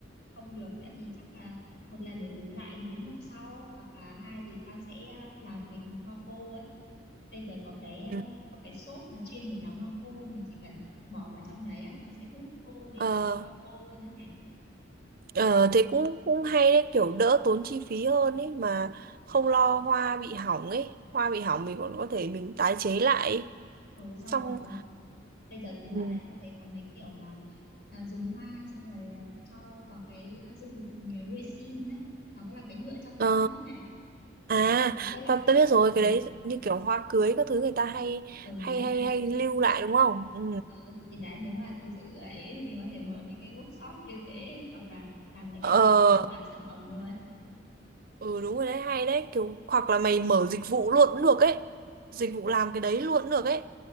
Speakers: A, on the left; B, on the right.
A: không được nữa thì chắc là một là để tủ lạnh đến hôm sau hoặc là hai thì tao sẽ ờ, làm thành hoa khô ấy bây giờ có cái ờ,
B: Ừ.
A: có cái xốp mà chuyên để làm hoa khô mình chỉ cần bỏ vào trong đấy á nó sẽ hút khô đi
B: Ờ,
A: thành bông hoa khô luôn đấy này
B: ờ, thế cũng cũng hay đấy kiểu đỡ tốn chi phí hơn ấy mà không lo hoa bị hỏng ấy hoa bị hỏng mình còn có thể mình tái chế lại ấy.
A: ừ, sau
B: xong
A: còn có bây giờ
B: Ừ.
A: dạo này tao thấy có mấy kiểu mà à, dùng hoa xong rồi à, cho vào cái à, dung dịch à, resin đấy nó là cái nhựa trong trong
B: Ờ,
A: đó này
B: À,
A: ừ, thế là
B: tao tao biết rồi,
A: ừ,
B: cái đấy như kiểu hoa cưới các thứ người ta hay
A: ừ đấy
B: hay hay
A: đấy
B: hay lưu lại đúng không? Ừ.
A: Ừ, thì đấy nếu mà thực sự là ý thì mình có thể mở những cái workshop như thế hoặc là làm mấy
B: Ờ,
A: cái sản phẩm hay bán sản phẩm luôn
B: ừ đúng rồi đấy, hay đấy, kiểu hoặc là mày mở dịch vụ luôn cũng được ấy. Dịch vụ làm cái đấy luôn cũng được ấy.